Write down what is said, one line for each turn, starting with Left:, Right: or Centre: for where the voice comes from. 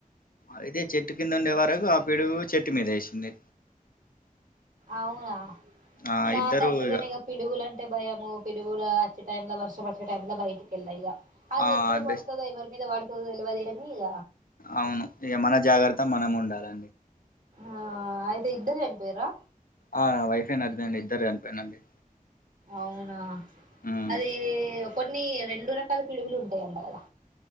Left: అయితే చెట్టు కింద ఉండే వరకు ఆ పిడుగు చెట్టు మీద వేసింది.
Right: అవునా
Left: ఆ
Right: నా
Left: ఇద్దరు
Right: కందుకనేగా.
Left: ఇగ
Right: పిడుగులుంటే భయము పిడుగులు వచ్చే టైంలో వర్షం వీచే టైంలో బయటికెళ్ళా ఇగా. అది
Left: ఆ
Right: ఎప్పుడు పడుతదో
Left: బెస్ట్
Right: ఎవరి మీద పడుతదో తెలవదు గాని ఇగ.
Left: అవును ఇగ మన జాగ్రత్త మనం ఉండాలే.
Right: ఆ అయితే ఇద్దరు చనిపోయిర్రా.
Left: ఆ వైఫే అండ్ హస్బెండ్ ఇద్దరు చనిపోయిలు.
Right: అవునా
Left: ఉమ్
Right: అది కొన్ని రెండు రకాల పిడుగులు ఉంటాయంట కదా.